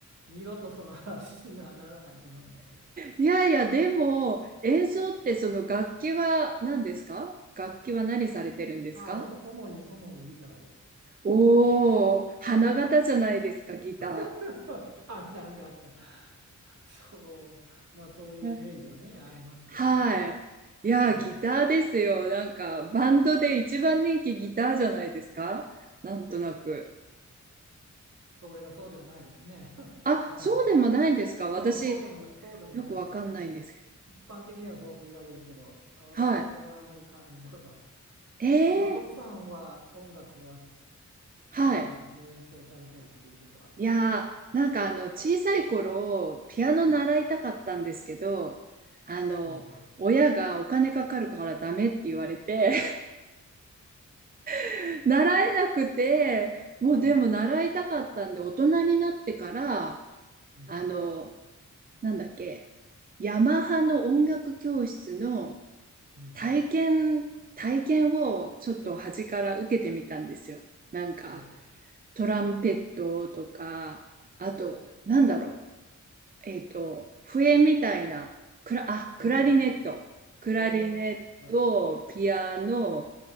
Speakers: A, on the right; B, on the right.
A: 二度とその話にはならないと思いますけど。
B: いやいや、でも、演奏ってその楽器は何ですか楽器は何されてるんですか
A: あおも主に主にギターを。
B: おおー、
A: でまあ
B: 花形じゃないですか、ギタ
A: <laughs> 花形。そう、まあそういうイメージはね、
B: ー。うん
A: ありますけどね。
B: はい。いや、
A: うん。
B: ギターですよ。なんか、バンドで一番人気ギターじゃないですかなんとなく。
A: それがそうでもないですね。<laughs>
B: あ、
A: あの、
B: そうでもないんですか私、
A: うん、そうでもな、そうでもない。
B: よくわかんないんですけど。
A: あの、一般的にはそう言われるけど、あ、私はそれはあんまり感じたことはない。
B: はい。えー、
A: え、のぞみさんは音楽は、
B: はい。
A: なんか楽器を演奏されたりっていうことは、
B: いやー、なんかあの、小さい頃、ピアノ習いたかったんですけど、
A: うん、
B: あの、
A: ええ
B: 親がお金かかるからダメって言われて、<laughs> 習えなくて、もうでも習いたかったんで、
A: あ
B: 大人になってから、
A: うん、
B: あの、なんだっけ、ヤマハの音楽教室の
A: うん、
B: 体験、体験をちょっと端から受けてみたんですよ。なんか、
A: ええ
B: トランペットとか、あと、
A: お、
B: なんだろう。えっ、と、笛みたいな、クラ、あ、
A: フルート、
B: クラリネット。クラリネット、
A: クラリネット、は
B: ピアノ、